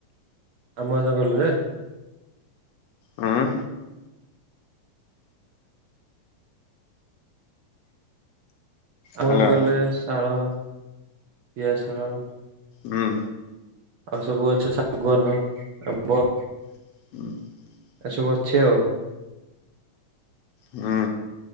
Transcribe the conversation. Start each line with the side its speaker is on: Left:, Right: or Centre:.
Right: ଆମ ଗାଁ ଜଙ୍ଗଲରେ
Left: ହୁଁ
Right: ସମ
Left: ହାଲୋ
Right: <unintelligible> ଗଲେ ଶାଳ ପିଆ ଶାଳ
Left: ହୁଁ
Right: ଆଉ ସବୁ ଗଛ ଶାଗୁଆନ ଆମ୍ବ
Left: <inaudible>
Right: ଏସବୁ ଅଛି ଆଉ
Left: ହୁଁ